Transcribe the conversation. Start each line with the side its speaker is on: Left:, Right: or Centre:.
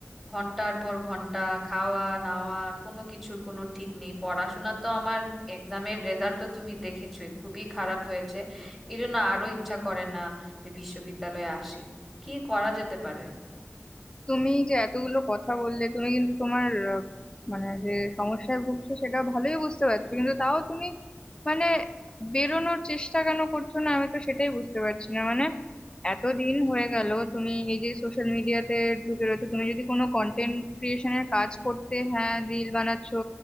Centre: ঘন্টার পর ঘন্টা খাওয়া নাওয়া কোনো কিছুর কোনো ঠিক নেই পড়াশোনা তো আমার এক্সামের রেজাল্ট তো তুমি দেখেছোই খুবই খারাপ হয়েছে এই জন্য আরো ইচ্ছা করে না যে বিশ্ববিদ্যালয়ে আসি কি করা যেতে পারে
Left: তুমি যে এতগুলো কথা বললে তুমি কিন্তু তোমার আহ, মানে যে সমস্যায় ভুগছো সেটা ভালোই বুঝতে পারছো কিন্তু তাও তুমি মানে বেরোনোর চেষ্টা কেন করছো না আমি তো সেটাই বুঝতে পারছি না মানে এতদিন হয়ে গেল তুমি এই যে সোশ্যাল মিডিয়াতে ঢুকে রয়েছো তুমি যদি কোনো কন্টেন্ট ক্রিয়েশনের কাজ করতে হ্যাঁ রিল বানাচ্ছো